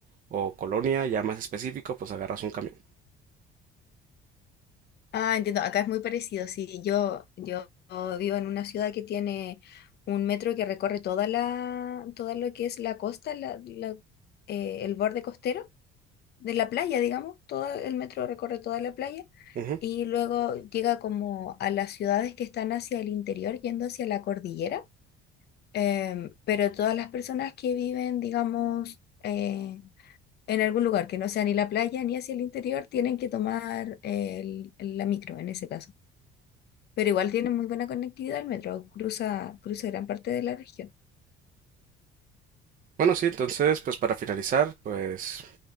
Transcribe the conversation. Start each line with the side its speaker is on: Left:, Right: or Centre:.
Right: o colonia ya más específico, pues agarras un camión.
Left: Ah, entiendo, acá es muy parecido. Sí, yo, yo vivo en una ciudad que tiene un metro que recorre toda la, todo lo que es la costa, la- la- eh, el borde costero de la playa, digamos. Todo el metro recorre toda la playa
Right: Ujú.
Left: y luego llega como a las ciudades que están hacia el interior, yendo hacia la cordillera. Em, pero todas las personas que viven, digamos, eh, en algún lugar que no sea ni la playa ni hacia el interior, tienen que tomar el- la micro en ese caso. Pero igual tienen muy buena conectividad, el metro cruza, cruza gran parte de la región.
Right: Bueno, sí, entonces pues para finalizar, pues